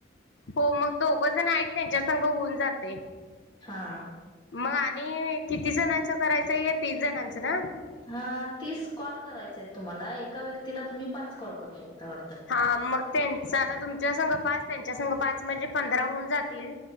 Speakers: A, on the left (about 80°); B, on the left (about 25°).
A: हो मग दोघं जण आहेत, त्यांच्या संघ होऊन जात
B: हा-
A: मग आणि किती जणांचं करायचं तीस जणांचं ना
B: हा तीस कॉल करायचे आहेत, तुम्हाला एका व्यक्तीला तुम्ही पाच कॉल करू शकता वाटतं,
A: हा मग त्यांचा आता तुमच्या संघ पाच, त्यांच्या संघ पाच, म्हणजे पंधरा होऊन जातील